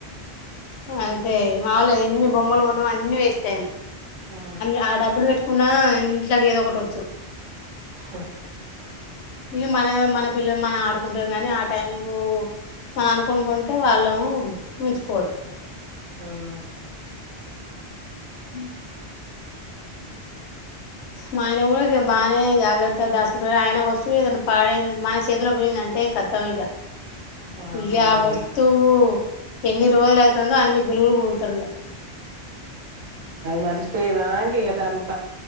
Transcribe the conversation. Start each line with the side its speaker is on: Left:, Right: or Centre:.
Left: ఆ అంతే మాములు ఎన్ని బొమ్మలు కొన్నామో అన్ని వేస్ట్ అయినాయి
Right: ఆ!
Left: అ ఆ డబ్బులు పెట్టుకున్నా ఇట్లాగ ఏదో ఒకటి వచ్చు
Right: <unintelligible>
Left: ఇగ మన మన పిల్లలు మనం ఆడుకుంటాం కానీ ఆ టైం కు మనం అనుకుకుంటే వాళ్ళు ఉంచుకోరు
Right: హ్మ్.
Left: <inaudible> మా ఆయన కూడా బాగానే జాగ్రత్త దాసుకుంటారు ఆయన వస్తువు ఏద పాడైంది మన చేతిలో పోయింద అంటే ఖత్ తం ఇంకా
Right: వామ్మో
Left: ఇంకా ఆ వస్తువు
Right: ఇగ
Left: ఎన్ని రోజులు అవుతుందో అన్ని గులుగులు గులుతాడు
Right: మరచిపోయేదంక ఏ దానికి